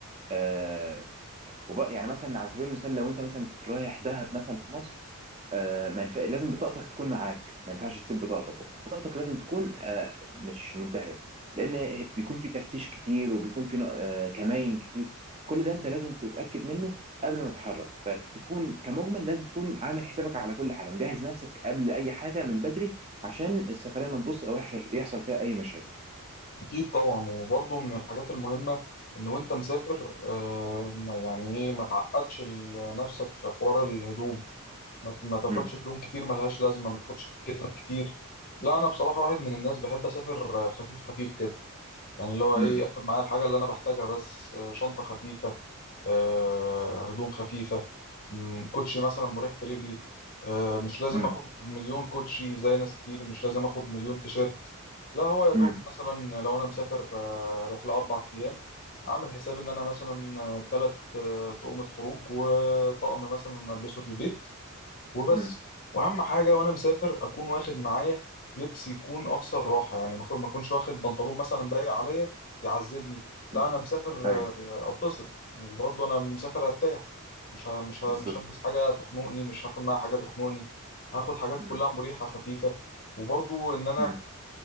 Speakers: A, on the right (about 25°); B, on the left (about 40°).
A: آه، وبقى يعني مثلا على سبيل المثال لو انت مثلا في رايح دهب مثلا في مصر آه، ما ينف... لازم بطاقتك تكون معاك ما ينفعش تسيب بطاقتك وبطاقتك لازم تكون آه، مش منتهية لأن بيكون في تفتيش كتير وبيكون في نوع- آه، كمائن كتير كل ده أنت لازم تتأكد منه قبل ما تتحرك فتكون كمجمل لازم تكون عامل حسابك على كل حاجة مجهز نفسك قبل أي حاجة من بدري عشان السفرية ما تبص أو يحصل يحصل فيها أي مشاكل
B: اكيد طبعا وبرضو من الحاجات المهمة ان وانت مسافر آه، ما- يعني ايه ما تعقدش ال- نفسك في حوار الهدوم ما ت- ما تاخدش
A: مم.
B: هدوم كتير ملهاش لازمة ما تاخدش جزم كتير لا أنا بصراحة واحد من الناس بحب أسافر آه، خفيف خفيف كده يعني اللي هو
A: مم.
B: إيه أخد معايا الحاجة اللي أنا بحتاجها بس آه، شنطة خفيفة آه، هدوم خفيفة مم، كوتشي مثلا مريح في رجلي آه، مش لازم
A: مم.
B: أخد مليون كوتشي زي ناس كتير مش لازم أخد مليون تيشيرت لا هو يا دوب
A: مم.
B: مثلا لو أنا مسافر آه، رحلة أربع أيام أعمل حسابي إن أنا مثلا آه، تلات آه، تقومة خروج وطقم مثلا ألبسه في البيت وبس
A: مم.
B: واهم حاجه وانا مسافر اكون واخد معايا لبس يكون اكثر راحه يعني ما اخد- ما اكونش واخد بنطلون مثلا ضيق عليا يعذبني لا
A: مم.
B: انا مسافر
A: ايوه
B: آه، اتبسط وبرضه انا مسافر ارتاح مش ه... مش ه...
A: بالظبط
B: مش هلبس حاجه تخنقني مش هاخد معايا حاجه تخنقني هاخد حاجات
A: مم.
B: كلها مريحه خفيفه وبرضه ان انا
A: مم.